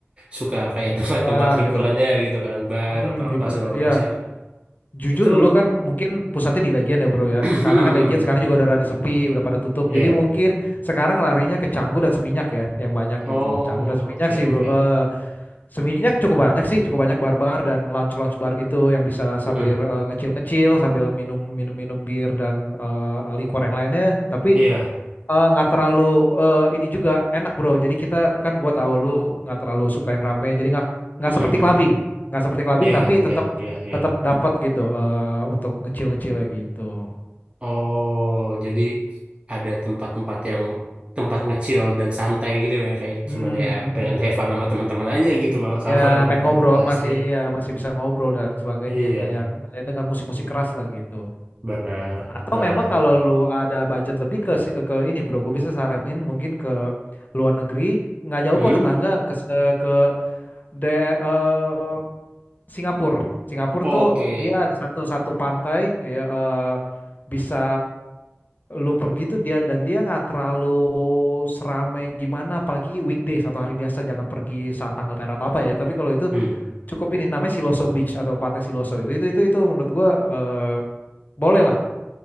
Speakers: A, on the right; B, on the left.
A: suka kayak <laughs> tempat-tempat
B: bar
A: hiburannya
B: gitu
A: gitu kan, bar
B: hmm
A: atau apa
B: ibu
A: segala
B: iya
A: macam.
B: Jujur
A: Itu
B: dulu kan mungkin pusatnya di Legian ya bro ya.
A: <clears throat>
B: Karena kan Legian sekarang juga udah rada sepi, udah pada tutup.
A: iya.
B: Jadi mungkin sekarang larinya ke Canggu dan Seminyak ya, yang banyak
A: Oh,
B: gitu. Canggu dan Seminyak
A: oke
B: sih
A: oke.
B: bro. Eh Seminyak cukup banyak sih, cukup banyak bar-bar dan lounge-lounge bar gitu yang bisa sambil
A: Hmm.
B: eh, ngecil-ngecil, sambil minum minum-minum bir dan eh, liquor yang lainnya. Tapi
A: Iya.
B: Eh, nggak terlalu eh, ini juga enak bro. Jadi kita kan gua tahu lu nggak terlalu suka yang rame. Jadi nggak nggak
A: Hmm.
B: seperti
A: hmm,
B: clubbing,
A: hmm.
B: nggak seperti clubbing
A: Iya,
B: tapi
A: iya,
B: tetap
A: iya, iya.
B: tetap dapat gitu eh, untuk ngecil-ngecil ya gitu.
A: Oh, jadi ada tempat-tempat yang tempat ngecil dan santai gitu ya kayak
B: Hmm,
A: cuman
B: mm,
A: ya pengen
B: mm.
A: have fun sama teman-teman aja gitu bang sama
B: Ya
A: <laughs> teman-teman
B: pengen ngobrol
A: kita
B: masih
A: sendiri.
B: ya masih bisa ngobrol dan sebagainya
A: Iya,
B: nggak yang nggak yang dengar musik-musik keras lah gitu.
A: benar.
B: Atau
A: Nah,
B: memang kalau lu ada budget lebih ke si- ke ini bro, gue bisa saranin mungkin ke luar negeri nggak jauh
A: hmm,
B: kok tetangga ke ke de, eh, Singapura. Singapura
A: oke,
B: tuh dia ada satu satu pantai ya eh, bisa lu pergi tuh dia dan dia nggak terlalu serame gimana apalagi weekdays atau hari biasa jangan pergi saat tanggal merah atau apa ya. Tapi kalau itu
A: hmm,
B: cukup ini namanya Siloso Beach atau Pantai Siloso itu itu itu itu menurut gua eh, boleh lah.